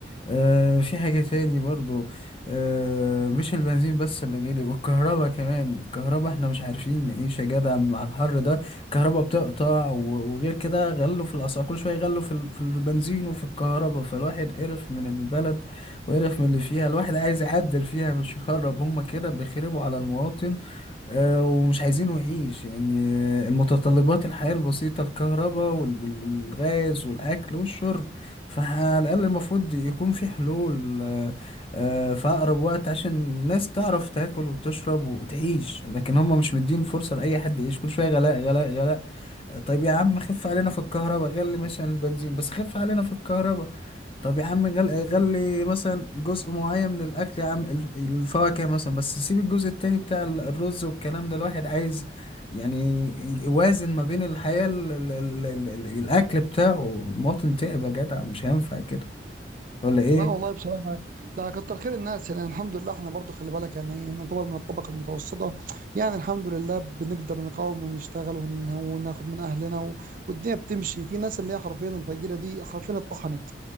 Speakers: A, on the left (about 30°); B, on the right (about 45°).
A: آه في حاجة تاني برضو آه مش البنزين بس اللي غالي والكهرباء كمان الكهرباء احنا مش عارفين نعيش يا جدع مع الحر ده الكهرباء بتقطع و- وغير كده غلوا في الأسعار كل شوية غلوا في ال- في البنزين وفي الكهرباء فالواحد قرف من البلد وقرف من اللي فيها الواحد عايز يعدل فيها مش يخرب هما كده بيخربوا على المواطن آه، ومش عايزينه يعيش يعني آه، المتطلبات الحياة البسيطة الكهرباء وال- وال- والغاز والأكل والشرب فعلى الأقل المفروض يكون في حلول آه، آه، في أقرب وقت عشان الناس تعرف تاكل وتشرب وتعيش لكن هم مش مدين فرصة لأي حد يعيش كل شوية غلاء غلاء غلاء آه، طيب يا عم خف علينا في الكهرباء غلي مثلا البنزين بس خف علينا في الكهرباء طب يا عم غل- غلي مثلا جزء معين من الاكل يا عم الف- الفواكه مثلا بس سيب الجزء التاني بتاع ال- الرز والكلام ده الواحد عايز يعني يوازن ما بين الحياة ال- ال- ال- ال- ال- الاكل بتاعه المواطن تعب يا جدع مش هينفع كده ولا ايه
B: لا والله بصراحه ده كتر خير الناس يعني الحمد لله احنا برضو خلي بالك يعني نعتبر من الطبقه المتوسطه يعني الحمد لله بنقدر نقاوم ونشتغل ون- وناخد من اهلنا و- والدنيا بتمشي في ناس اللي هي حرفيا الفقيره دي حرفيا اتطحنت